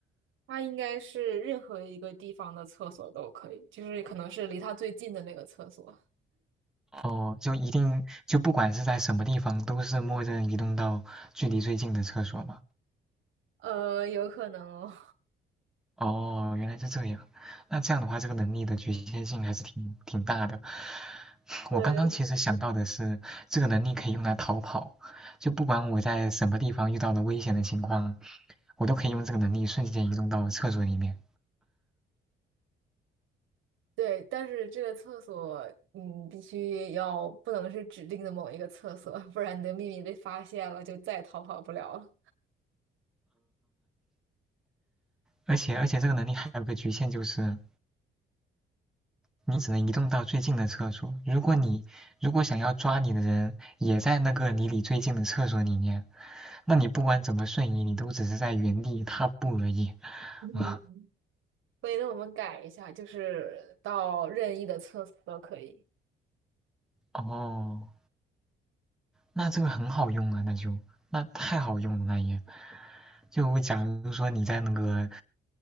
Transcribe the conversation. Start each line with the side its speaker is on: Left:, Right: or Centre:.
Right: 他应该是任何一个地方的厕所都可以，就是可能是离他最近的那个厕所，
Centre: 哦，就一定就不管是在什么地方，都是默认移动到距离最近的厕所吗？
Right: 呃，有可能哦。
Centre: 哦，原来是这样。那这样的话，这个能力的局限性还是挺挺大的。<sucks teeth>
Right: <laughs>
Centre: 我刚刚其实想到的是，这个能力可以用来逃跑，就不管我在什么地方遇到了危险的情况，我都可以用这个能力瞬间移动到厕所里面。
Right: 对，但是这个厕所，嗯，必须要不能是指定的某一个厕所，不然你的秘密被发现了，就再也逃跑不了了。
Centre: 而且而且这个能力还有个局限，就是你只能移动到最近的厕所。如果你如果想要抓你的人也在那个离你最近的厕所里面，那你不管怎么瞬移，你都只是在原地踏步而已。
Right: 嗯
Centre: <laughs>
Right: <laughs> 所以呢，我们改一下，就是到任意的厕所都可以。
Centre: 哦。那这个很好用啊，那就那太好用了，那也就假如说你在那个